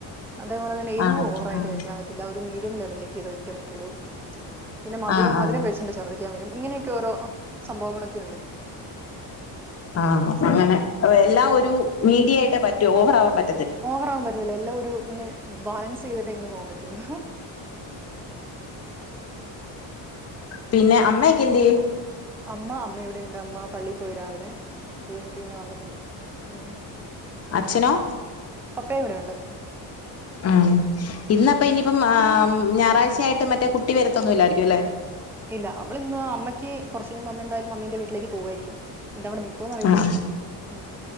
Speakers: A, in the centre; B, on the left.
A: അതേപോലെ തന്നെ എരിവും
B: ആണല്ലേ
A: ഓവറായിട്ട്
B: ആഹ്
A: കഴിക്കാൻ പറ്റില്ല ഒരു മീഡിയം ലെവലിലൊക്കെ കഴിക്കാൻ പറ്റുള്ളൂ പിന്നെ മധുരം
B: ആഹ് ആഹ്
A: മധുരം കഴിച്ചിട്ടുണ്ടെ ശർദിക്കാൻ വരും ഇങ്ങനെയൊക്കെ ഓരോ സംഭവങ്ങളൊക്കെ ഉണ്ട്
B: ആഹ് അങ്ങനെ. എല്ലാം ഒ രു മീഡിയായ്ട്ടേ പറ്റൂ ഓവറാവാൻ പറ്റ്
A: ഓവറാവാൻ പറ്റത്തില്ല എല്ലാം ഒരു ഇങ്ങനെ ബാലൻസ് ചെയ്തിട്ടെ ഇങ്ങനെ പോവാൻ പറ്റുള്ളു
B: പിന്നെ അമ്മയൊക്കെ എന്ത്യേ
A: അമ്മ അമ്മ ഇവിടെണ്ട്. അമ്മ പള്ളി പോയി രാവിലെ. അത് കഴിഞ്ഞിട്ട് പിന്നെ വന്നിട്ടുണ്ട്. ഉം
B: അച്ഛനോ
A: പപ്പയു ഇവിടെയുണ്ട്
B: ആഹ് ഇന്നപ്പം ഇനിയിപ്പം ആ ഞായറാഴ്ചയായിട്ട് മറ്റേ കുട്ടി വരത്തൊന്നു ഇല്ലായിരിക്കും അല്ലെ
A: ഇല്ല അവളിന്ന് അമ്മയ്ക്ക് കുറച്ച് കഴിയുമ്പോ അമ്മ എന്തായാലും മമ്മീന്റെ വീട്ടിലേക്ക് പോവായിരിക്കും ഇന്നവിടെ നിക്കുവോന്ന് അറിയത്തില്ല
B: ആഹ്
A: ഉം